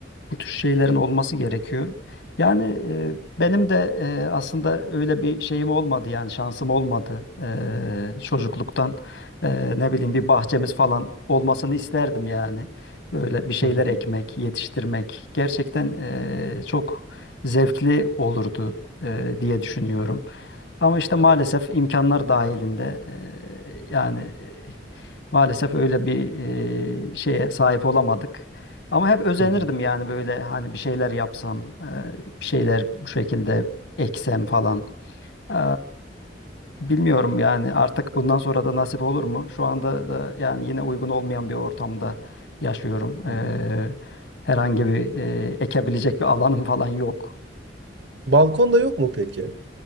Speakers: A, on the left (about 80°); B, on the right (about 70°).
A: Bu tür şeylerin olması gerekiyor. Yani e, benim de e, aslında öyle bir şeyim olmadı yani şansım olmadı. E, çocukluktan e, ne bileyim bir bahçemiz falan olmasını isterdim yani. Böyle bir şeyler
B: Hı hı,
A: ekmek, yetiştirmek gerçekten e, çok zevkli olurdu e, diye düşünüyorum. Ama işte maalesef imkanlar dahilinde e, yani Maalesef öyle bir e, şeye sahip olamadık. Ama hep özenirdim
B: hı hı,
A: yani böyle hani bir şeyler yapsam, e, bir şeyler bu şekilde eksem falan. Eee, bilmiyorum yani artık bundan sonra da nasip olur mu? Şu anda da yani yine uygun olmayan bir ortamda yaşıyorum. Eee,
B: hı hı.
A: herhangi bir e, ekebilecek bir alanım falan yok.
B: Balkonda yok mu peki?